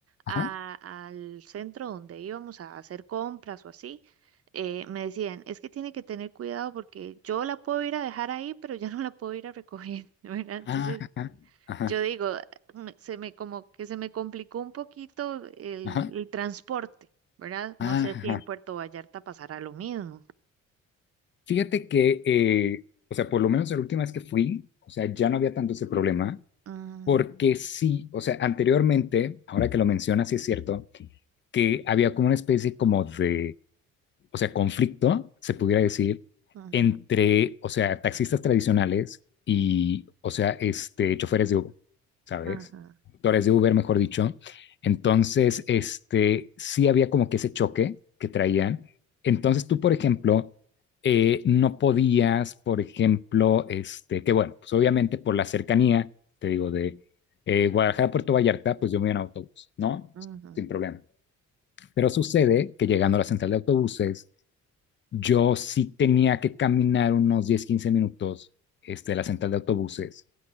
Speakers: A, on the left; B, on the right.
A: ajá,
B: a- al centro donde íbamos a hacer compras o así, eh, me decían, es que tiene que tener cuidado porque yo la puedo ir a dejar ahí, pero ya no la puedo ir a recoger, <laughs> ¿verdad? Entonces,
A: ajá, ajá,
B: yo digo, eh, me- se me como que se me complicó un poquito el,
A: ajá,
B: el transporte, ¿verdad?
A: ajá,
B: No sé si
A: ajá.
B: en Puerto Vallarta pasará lo mismo.
A: Fíjate que, eh, o sea, por lo menos la última vez que fui, o sea, ya no había tanto ese problema,
B: Mm,
A: porque sí, o sea, anteriormente, ahora que lo mencionas, sí es cierto, que había como una especie como de, o sea, conflicto, se pudiera decir,
B: ujú,
A: entre, o sea, taxistas tradicionales y, o sea, este, choferes de Uber, ¿sabes?
B: ajá,
A: Conductores de Uber, mejor dicho. Entonces, este, sí había como que ese choque que traían. Entonces, tú, por ejemplo, eh, no podías, por ejemplo, este, que bueno, pues obviamente por la cercanía, te digo, de eh, Guadalajara a Puerto Vallarta, pues yo me iba en autobús, ¿no?
B: ujú,
A: Sin problema. Pero sucede que llegando a la central de autobuses, yo sí tenía que caminar unos diez quince minutos este, de la central de autobuses